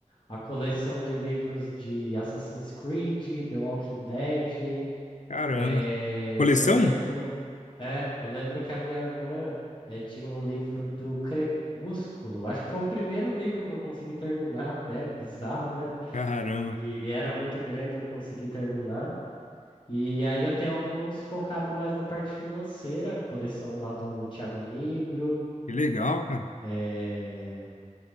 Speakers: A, on the left (about 40°); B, on the left (about 75°).
A: a coleção de livros de Assassin's Creed, The Walking Dead.
B: Caramba.
A: eh,
B: Coleção?
A: eu lembro, é, eu lembro que a minha irmã eh, tinha um livro do Crepúsculo. Acho que foi o primeiro livro que eu consegui terminar, até bizarro, né?
B: Caramba.
A: E era muito grande, eu consegui terminar. E aí eu tenho alguns focado mais na parte financeira, a coleção lá do Thiago Negro,
B: Que legal, cara.
A: é,